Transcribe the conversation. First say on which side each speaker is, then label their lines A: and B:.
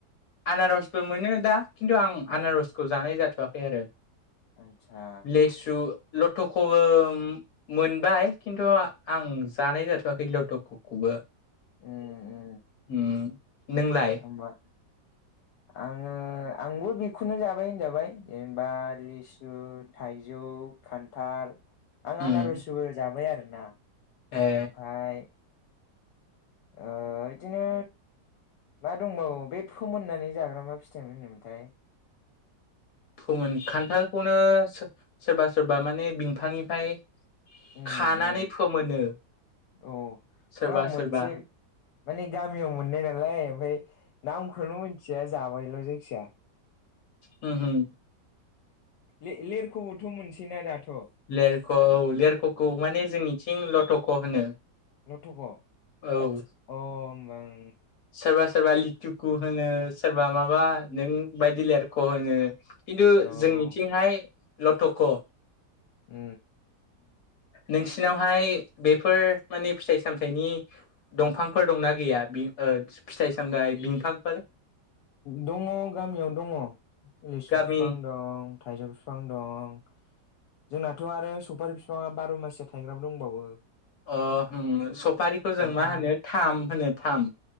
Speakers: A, on the left; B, on the left.
A: आनारसबो मोनो दा खिन्थु आं आनारसखौ जानाय जाथवाखै आरो
B: आदसा
A: लेसु लटखौबो मोनबाय खिन्थु आं जानाय जाथवाखै लटखौबो ओम
B: उम उम
A: नोंलाय
B: होमबा आङो आंबो बेखौनो जाबाय होनजाबाय जेनेबा लिसु थाइजौ खान्थाल आं
A: उम
B: आनारसबो जाबाय आरो ना
A: ए
B: ओमफ्राय ओ बिदिनो मा दंबावो बे फोमोननानै जाग्रा मा फिथाइमोन होनोमोनथाय
A: फोमोन खान्थालखौनो सो सोरबा सोरबा माने बिफांनिफ्राय
B: उम
A: खानानै
B: उम
A: फोमोनो
B: औ
A: सोरबा
B: आ मोनसे
A: सोरबा
B: माने गामियाव मोननाय नालाय ओमफ्राय नामखौनो मिथिया जाबायल जायखिजाया
A: होम होम
B: लेर लेरखौबोथ मोनसैना दाथ औ
A: लेरख' औ लेरख'खौ माने जोंनिथिं लटक' होनो
B: लथक अ
A: औ
B: होनबा आं
A: सोरबा सोरबा लिथुखु होनो सोरबा माबा नों बायदि लेरख होनो खिन्थु
B: ओं औ
A: जोंनिथिंहाय
B: औ
A: लथक
B: उ
A: नोंसिनावहाय बेफोर माने फिथाइ सामथाइनि दंफांफोर दंना गैया बे फिथाइ सामथाइ बिफांफोर
B: दङ गामियाव दङ लिसु
A: गामि
B: बिफां दं थाइजौ बिफां दं जोंनाथ' आरो सौफारि बिफाङा बार' माससो थाइग्राबो दंबावो
A: अ सफारिखौ
B: खान्थाल
A: जों मा होनो थाम होनो थाम